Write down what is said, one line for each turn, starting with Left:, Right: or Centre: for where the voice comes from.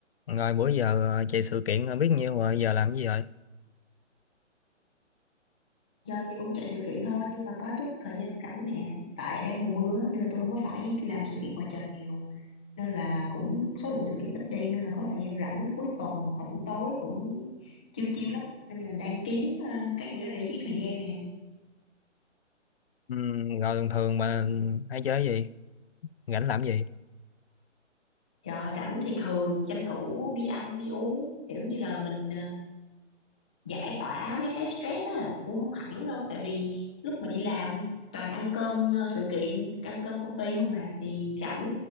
Left: Rồi bữa giờ ờ, chạy sự kiện ờ, biết nhiêu rồi, giờ làm cái gì rồi?
Centre: giờ thì cũng chạy sự kiện thôi nhưng mà có chút thời gian rảnh nè tại đang mùa mưa á, nên là tôi không có phải làm sự kiện ngoài trời nhiều nên là cũng số lượng sự kiện ít đi nên là có thời gian rảnh cuối tuần hoặc là buổi tối cũng chiêu chiêu lắm nên là đang kiếm ờ, cái gì đó để giết thời gian nè
Left: Ừm, rồi thường thường mà hay chơi gì? Rảnh làm gì?
Centre: trời rảnh thì thường tranh thủ đi ăn đi uống kiểu như là mình ờ, giải tỏa mấy cái stress á cũng không hẳn đâu tại vì lúc mà đi làm toàn ăn cơm ờ, sự kiện ăn cơm công ty không mà thì rảnh